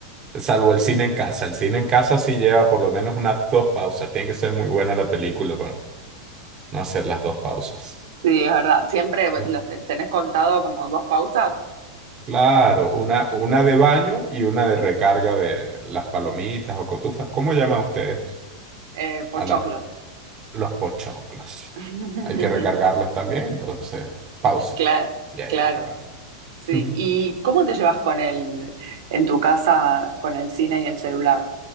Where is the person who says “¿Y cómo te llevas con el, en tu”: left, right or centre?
Right